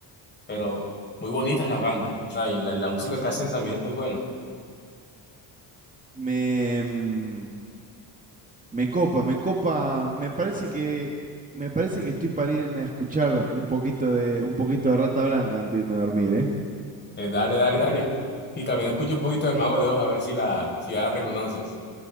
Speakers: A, on the left (about 25°); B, on the right (about 15°).
A: Pero muy bonitas las bandas. O sea, y la, la música que hacen también es muy buena.
B: Me, mm, me copa, me copa, me parece que, me parece que estoy para irme a escuchar un poquito de, un poquito de Rata Blanca antes de irme a dormir, ¿eh?
A: Eh, dale, dale, dale. Y también escucha un poquito del Mago de Oz a ver si la, si ya la reconoces.